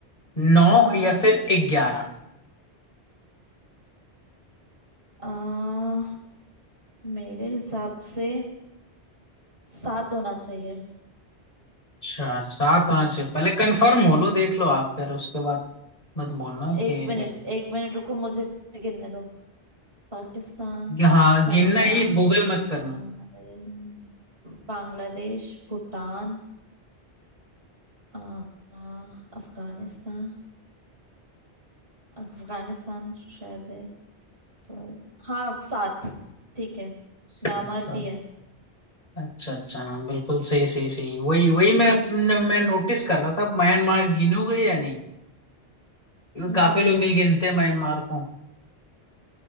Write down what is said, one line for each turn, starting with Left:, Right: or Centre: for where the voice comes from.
Left: नौ
Right: हाँ
Left: या फिर ग्यारह
Right: आ, मेरे हिसाब से सात होना चाहिए
Left: अच्छा सात होना चाहिए पहले कंफर्म हो लो देख लो आप फिर उसके बाद मत बोलना
Right: एक
Left: कि
Right: मिनट
Left: like,
Right: एक मिनट रुको मुझे गिनने दो पाकिस्तान
Left: हाँ
Right: चाइना
Left: गिनना ये गूगल मत करना
Right: बांग्लादेश बांग्लादेश भूटान आ, आ, अफगानिस्तान अफगानिस्तान शायद है पर हाँ सात ठीक है
Left: सात
Right: म्यांमार
Left: सात
Right: भी है
Left: अच्छा अच्छा हाँ बिल्कुल सही सही सही वही वही मैं मैं नोटिस कर रहा था म्यांमार गिनोगे या नहीं क्योंकि
Right: हम्म
Left: काफी लोग नहीं गिनते म्यांमार को